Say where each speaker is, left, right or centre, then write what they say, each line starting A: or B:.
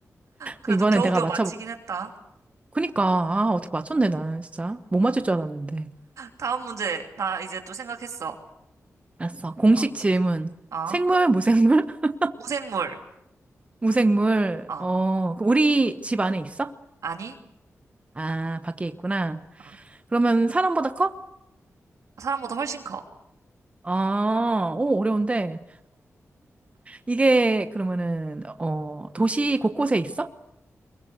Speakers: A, on the right; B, on the right.
A: 그래도
B: 이번에
A: 겨우겨우
B: 내가 맞춰볼.
A: 마치긴 했다.
B: 그니까, 아, 어떻게 맞췄네, 나는 진짜. 못 맞출 줄 알았는데.
A: 다음 문제. 나 이제 또 생각했어.
B: 알았어. 공식
A: 어, 질문.
B: 질문.
A: 어,
B: 생물, 무생물? <laughs>
A: 무생물.
B: 무생물.
A: 어,
B: 어, 우리 집 안에 있어?
A: 아니.
B: 아, 밖에 있구나.
A: 어,
B: 그러면 사람보다 커?
A: 사람보다 훨씬 커.
B: 아, 오, 어려운데. 이게, 그러면은, 어, 도시 곳곳에 있어?